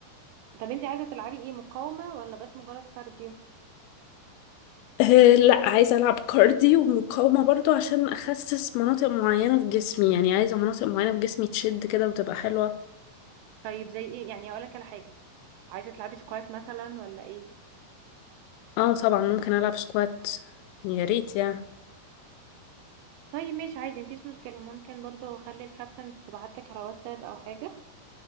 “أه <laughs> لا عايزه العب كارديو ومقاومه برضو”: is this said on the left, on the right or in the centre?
Left